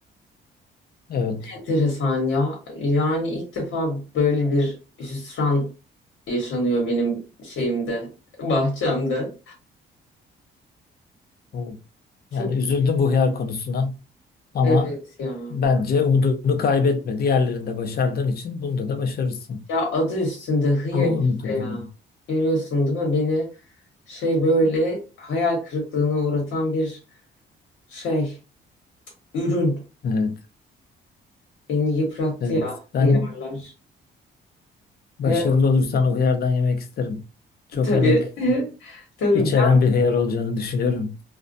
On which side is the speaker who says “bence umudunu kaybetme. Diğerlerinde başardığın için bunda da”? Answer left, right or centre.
Left